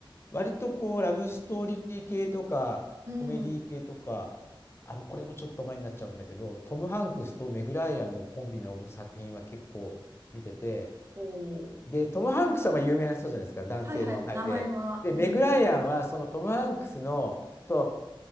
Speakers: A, on the left; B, on the right.
A: 割とこう、ラブストーリー系とか、
B: うん、
A: コメディ系とか、あの、これもちょっと前になっちゃうんだけど、トム・ハンクスとメグ・ライアンのコンビの作品は結構見てて、
B: おー、
A: で、トム・ハンクスはまあ有名な人じゃないですか、男性の俳優で。
B: はいはい、名前は、
A: で、
B: うん。
A: メグ・ライアンはそのトム・ハンクスのと、